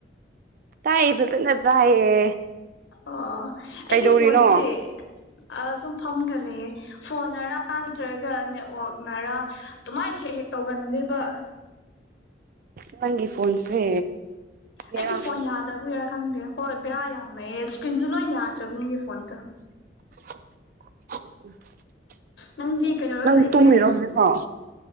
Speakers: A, on the right (about 50°); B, on the left (about 75°).
A: ꯇꯥꯏꯌꯦ ꯐꯖꯅ ꯇꯥꯏꯌꯦ꯫
B: ꯑꯣ ꯑꯩꯒꯤ
A: ꯀꯩꯗꯧꯔꯤꯅꯣ
B: ꯐꯣꯟꯁꯦ ꯑ ꯁꯨꯝ ꯐꯝꯒ ꯂꯩꯌꯦꯦ ꯐꯣꯟꯅꯔꯥ ꯅꯠꯇ꯭ꯔꯒ ꯅꯦꯠꯋꯥꯛꯅꯔꯥ ꯑꯗꯨꯃꯥꯏꯅ ꯍꯦꯛ ꯍꯦꯛ ꯇꯧꯒꯟꯅꯦꯕ꯫
A: ꯅꯪꯒꯤ ꯐꯣꯟꯣꯟꯁꯦ ꯌꯥꯏ꯫
B: ꯑꯩꯒꯤ ꯐꯣꯟ ꯌꯥꯗꯕꯒꯤꯔꯥ ꯈꯪꯗꯦ ꯍꯣꯏ ꯕꯦꯔꯥ ꯌꯥꯝ ꯂꯩꯌꯦ ꯏꯁꯀ꯭ꯔꯤꯟꯁꯨ ꯂꯣꯏ ꯌꯥꯗ꯭ꯔꯕꯅꯤꯅꯦ ꯐꯣꯟꯒ꯫
A: <unintelligible>
B: ꯅꯪꯗꯤ ꯀꯗꯩꯔ
A: ꯅꯪ
B: ꯂꯩꯒ꯭ꯔꯦ꯫
A: ꯇꯨꯝꯃꯤꯔꯣ ꯍꯧꯖꯤꯛꯐꯥꯎ